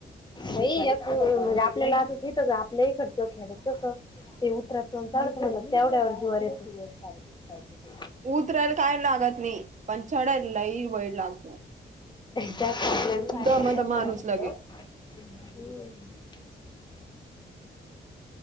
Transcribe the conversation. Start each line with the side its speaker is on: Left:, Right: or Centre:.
Left: बई एक म्हणजे आपल्याला आता तिथं आपल्य इकडचं खेड्यात कस ते उतराच अन चढाच म्हणलं तेवढ्यावर जीवावर येत
Right: उतरायला काय लागत नाही पण चढायला लयी वेड लागतो
Left: त्या स्वप्न्याने
Right: दमत माणूस
Left: सांगितलेल
Right: लगे
Left: जास्त करून तिथं